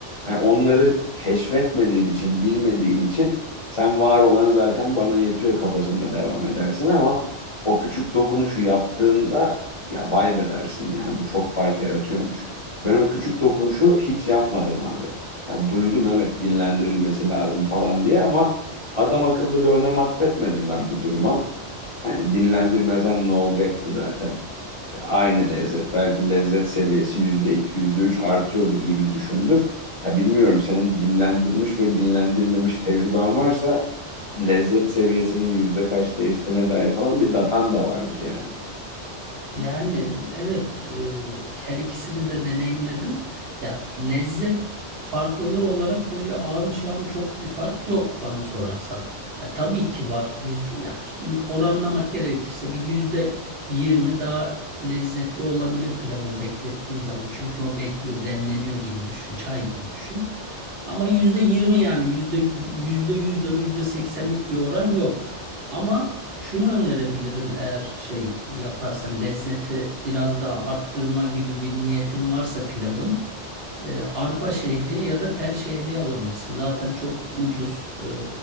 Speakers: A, on the left; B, on the right.
A: Yani onları keşfetmediğin için, bilmediğin için sen var olan zaten bana yetiyor kafasında devam edersin ama o küçük dokunuşu yaptığında ya vay be dersin yani bu çok fark yaratıyormuş. Ben o küçük dokunuşu hiç yapmadım abi. Ya duydum evet dinlendirilmesi lazım falan diye ama adam akıllı bir önem atfetmedim ben bu duruma. Hani dinlendirmesen ne olacak ki zaten? Aynı lezzet. Belki lezzet seviyesi yüzde iki, yüzde üç artıyordur gibi düşündüm. Ha bilmiyorum senin dinlendirmiş ve dinlendirmemiş tecrüben varsa lezzet seviyesinin yüzde kaç değiştiğine dair falan bir datan da vardır yani.
B: Yani evet e, her ikisini de deneyimledim. Ya lezzet farklılığı olarak böyle ağım şağım çok bir fark yok bana sorarsan. Ha, tabii ki var yüzde yani şimdi oranlamak gerekirse bir yüzde yirmi daha lezzetli olabilir pilavın beklettiğin zaman. Çünkü o bekliyor demleniyor gibi düşün çay gibi düşün. Ama yüzde yirmi yani yüzde yüzde yüz ya da yüzde seksenlik bir oran yok. Ama şunu önerebilirim eğer şey yaparsan lezzeti biraz daha arttırma gibi bir niyetin varsa pilavın e, arpa şehriye ya da tel şehriye alabilirsin. Zaten çok ucuz, e,